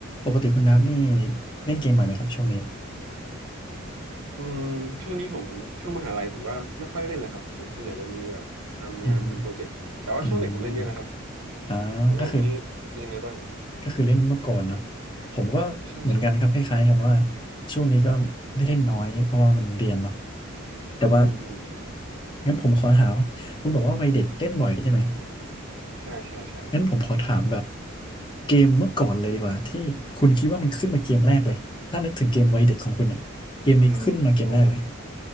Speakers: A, on the left; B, on the right.
A: ปกติคุณน้ำนี่เล่นเกมบ่อยไหมครับช่วงนี้
B: อืมช่วงนี้ผมช่วงมหาลัยผมก็ไม่ค่อยได้เล่นเลยครับช่วงส่วนใหญ่จะมีแบบทำงานทำโปรเจกต์แต่ว่าช่วงเด็กผมเล่นเยอะนะครับ
A: อือฮึอืมอ่าก็คือ
B: คุณอ๋องนี่เป็นยังไงบ้าง
A: ก็คือเล่นเมื่อก่อนเนาะผมก็เหมือนกันครับคล้ายๆกันว่า
B: ใช่ใช่
A: ช่วงนี้ก็ได้เล่นน้อยเพราะว่ามันเรียนเนาะแต่ว่า
B: อืมอืมอืม
A: งั้นผมขอถามคุณบอกว่าวัยเด็กเล่นบ่อยใช่ไหม
B: ใช่ใช่ใช่
A: งั้นผมขอถามแบบเกมเมื่อก่อนเลยดีกว่าที่คุณคิดว่ามันขึ้นมาเกมแรกเลยถ้านึกถึงเกมวัยเด็กของคุณเนี่ยเกมนี้ขึ้นมาเกมแรกเลย
B: อืมโห